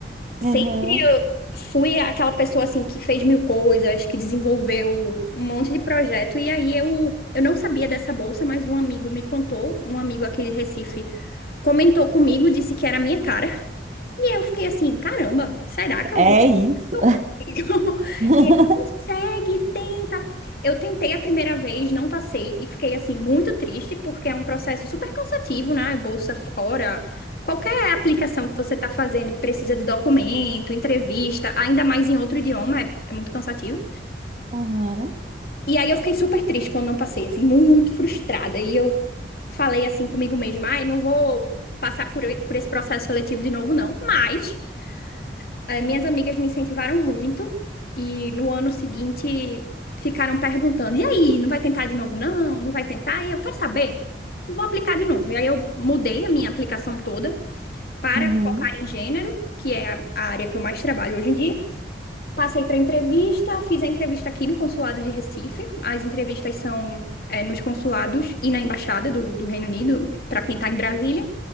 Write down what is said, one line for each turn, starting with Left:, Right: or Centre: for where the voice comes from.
Left: Sempre
Right: Uhum.
Left: eu fui aquela pessoa assim que fez mil coisas, que desenvolveu um monte de projeto. E aí eu, eu não sabia dessa bolsa, mas um amigo me contou, um amigo aqui de Recife comentou comigo, disse que era a minha cara. E eu fiquei assim, caramba, será que eu
Right: É isso.
Left: eu consigo. <laughs>
Right: <laughs>
Left: E ele consegue, tenta. Eu tentei a primeira vez, não passei e fiquei assim muito triste porque é um processo super cansativo, né? Bolsa fora, qualquer aplicação que você está fazendo que precisa de documento, entrevista, ainda mais em outro idioma, é, é muito cansativo.
Right: Uhum.
Left: E aí eu fiquei super triste quando não passei, assim, muito frustrada. E eu falei assim comigo mesma, ai, não vou passar por, por esse processo seletivo de novo, não. Mas eh, minhas amigas me incentivaram muito e no ano seguinte ficaram perguntando: e aí, não vai tentar de novo, não? Não vai tentar? E eu, quer saber? Vou aplicar de novo. E aí eu mudei a minha aplicação toda para
Right: Uhum.
Left: focar em gênero, que é a a área que eu mais trabalho hoje em dia. Passei para entrevista, fiz a entrevista aqui no consulado de Recife. As entrevistas são, eh, nos consulados e na embaixada do, do Reino Unido, para quem está em Brasília,